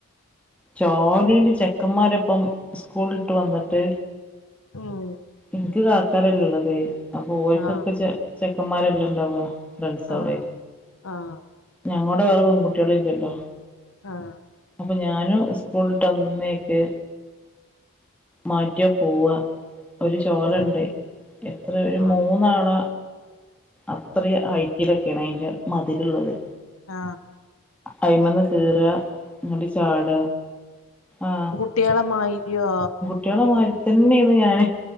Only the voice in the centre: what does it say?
ജോലിയില് ചെക്കന്മാരപ്പം സ്കൂളട്ട് വന്നിട്ട്
എനിക്ക് കാക്കാരല്ലേ ഉള്ളതേ അപ്പൊ ഓക്കൊക്കെ
ചെ ചെക്കന്മാരെല്ലാം ഇണ്ടാവ ഫ്രണ്ട്സോടെ
ഞങ്ങളോടെ വേറെ പെൺകുട്ടികള ഇല്ലല്ലോ
അപ്പൾ ഞാനും സ്കൂളിലിട്ട്ന്നേക്ക് മാറ്റിയാൽ പോവുക ഒരു ചോലുണ്ടായി
എത്ര ഒരു
മൂന്നാള അത്ര ഐറ്റിലൊക്കെയാണ് അതിൻറെ മതിരുള്ളത്
അയി്മന്ന് കേറ അങ്ങട്ട ചാട ആ
കുട്ടികളെ മാരി തന്നെ അയിരുന്നു ഞാൻ